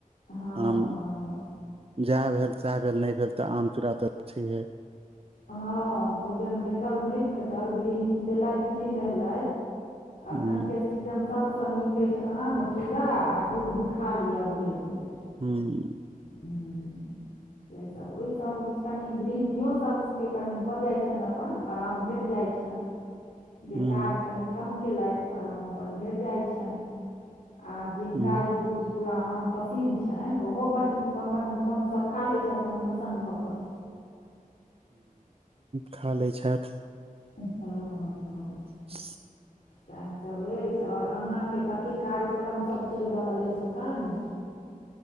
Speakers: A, on the left (about 65°); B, on the right (about 40°).
A: हँ
B: आम
A: ह
B: जएह भेल सएह भेल नहि भेल तऽ आम चूड़ा तऽ छह
A: हँ भोजन भेटल नहि भेटल गृहिणी देलथ नहि देल
B: हुं
A: अखनके सीजन सभसँ नीक अछि आम चूड़ा आ दूध खा लिअ भरि पे
B: ह
A: ह से सभ ओहिसँ कनि गृहिणियो सभके कनि भऽ जाइत छनि अपन आराम भेट जाइत छ जे
B: हुं
A: काज कनि कम कयेलथि आराम अपन भेट जाइ छन आ जिनका
B: हुं
A: ई दूध चूड़ा आम पसन्न छनि ओ ब अपन मोनसँ खा लै छथि मोन प्रसन्न भऽ क
B: खा लै छथ
A: ह ह
B: <unintelligible>
A: सएहसभ अछि आओर अहाँके कथी कार्यक्रमसभ चलि रहल अछि एखन